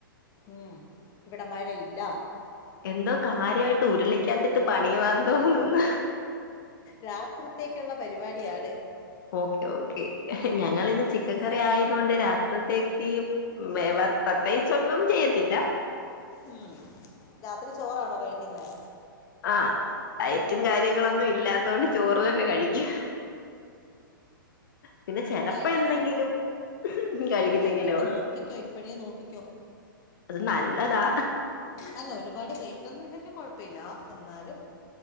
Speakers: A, on the left; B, on the left.
A: ഉം ഇവടെ മഴയില്ല
B: എന്തൊ കാര്യയ്ട്ട് ഉരുളിക്കകത്തിട്ട് പണിയുവാ തോന്നുന്നു.
A: രാത് ത്രിത്തേക്കുള്ള പരുപാടിയാണ്
B: ഓക്കെ ഓക്കെ ഞങ്ങളിന്ന്
A: ഇവിടെ
B: ചിക്കൻ
A: ഞാൻ-
B: കറി
A: ആ
B: ആയ തോണ്ട് രാത്രിത്തേക്ക് വേവ പ്രത്യേകിച്ചൊന്നും ചെയ്യത്തില്ല.
A: ഉം രാത്രി ചോറാണൊ കഴിക്ക്ന്നെ
B: ആഹ് ഡയറ്റും കാര്യങ്ങളൊന്നും ഇല്ലാത്തോണ്ട് ചോറ് തന്നെ കഴിക്കും. പിന്ന ചെലപ്പൊ
A: ഡയറ്റ്
B: എന്തെങ്കിലും
A: നോ
B: കഴിക്കുന്നെങ്കിലേ
A: ഡയറ്റൊക്കെ
B: ഉള്ളൂ
A: നോക്കിക്കൊ ഇപ്പഴയേ നോക്കിക്കൊ
B: അത് നല്ലതാ
A: അല്ല ഒരുപാട് വൈറ്റൊന്നും ഇല്ലെങ്കി കൊഴപ്പല്ല എന്നാലും